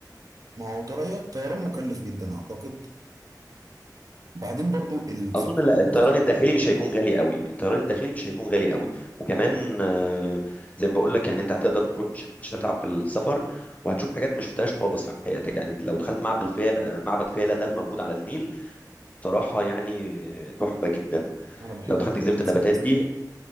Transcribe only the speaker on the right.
ما هو طري- طيران مكلف جدا اعتقد وبعدين برضو ال...
في السفر
نفسه،
انا بحب
الاكل
المصريه